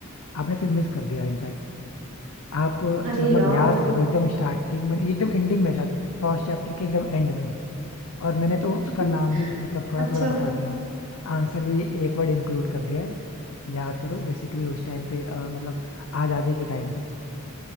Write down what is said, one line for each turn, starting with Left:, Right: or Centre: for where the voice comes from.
Left: आपने फिर मिस कर दिया इनफैक्ट आप अ,
Right: अरे
Left: मतलब
Right: यार
Left: याद करो एकदम स्टार्टिंग में एकदम एंडिंग में शायद फर्स्ट चैप्टर के एकदम एंड में और मैंने तो उसका
Right: <laughs>
Left: नाम भी मतलब थोड़ा
Right: अच्छा
Left: थोड़ा बता दिया आंसर भी एक वर्ड इंक्लूड कर दिया है याद करो बेसिकली उस टाइम पे अ, मतलब आजादी के टाइम पे